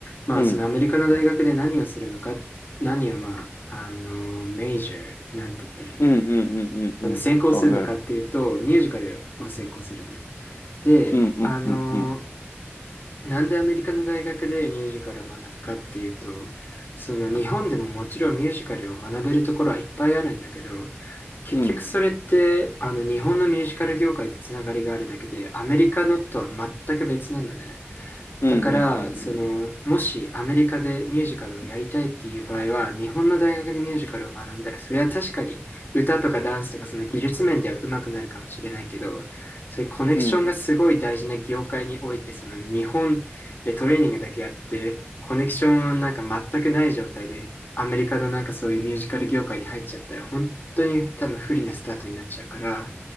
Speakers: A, on the left (about 50°); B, on the left (about 70°).
A: まあ、
B: うん。
A: そのアメリカの大学で何をするのか、何をまあ、あの、メジャーなんて言ったらいいんだろう。
B: うんうんうんうんうん。
A: その専攻するのかっていうと、
B: そうね。
A: ミュージカルを専攻する。で、
B: うんうんうんうん。
A: あの、なんでアメリカの大学でミュージカルを学ぶかっていうと、その日本でももちろんミュージカルを学べるところはいっぱいあるんだけど、結局それってあの日本のミュージカル業界とつながりがあるだけで、
B: うん。
A: アメリカのとは全く別なのね。
B: うんうん
A: だから、その、もしアメリカでミュージカルをやりたいっていう場合は、日本の大学でミュージカルを学んだら、それは確かに歌とかダンスとかその技術面では上手くなるかもしれないけど、そういうコネクションがすごい大事な業界において、
B: うん。うん。
A: その日本でトレーニングだけやって、コネクションなんか全くない状態で、アメリカのなんかそういうミュージカル業界に入っちゃったら、本当に多分不利なスタートになっちゃうから、